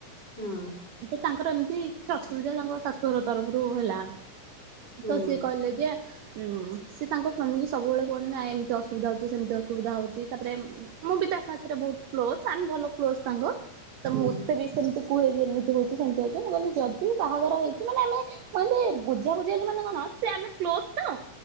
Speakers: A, on the left (about 20°); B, on the right (about 80°).
A: ହଁ
B: ଏ ତାଙ୍କର ଏମିତି କିଛି ଅସୁବିଧା ତାଙ୍କ ଶାଶୁ ଘର ତରଫରୁ ହେଲା।
A: ହଁ
B: ତ ସିଏ କହିଲେ ଯେ ଉଁ ସେ ତାଙ୍କ ସ୍ଵାମୀ କି ସବୁବେଳେ କହନ୍ତି ନା ଏମିତି ଅସୁବିଧା ହଉଛି। ସେମିତି ଅସୁବିଧା ହଉଛି ତା ମୁଁ ବି ତା ସାଥିରେ ବହୁତ କ୍ଲୋଜ ଆ ଭଲ କ୍ଲୋଜ ସାଙ୍ଗ। ତ
A: ହଁ
B: ମୁ ମତେ ବି ସେମିତି କୁହେ ଯେ ଏମିତି ହଉଛି ସେମିତି ହଉଛି ମୁଁ କହିଲି ଯଦି ବି ବାହାଘର ହେଇଛି ମାନେ ଆମେ ମାନେ ବୁଝା ବୁଝେଇଲେ ମାନେ କଣ ସେ ଆମେ କ୍ଲୋଜ ତ।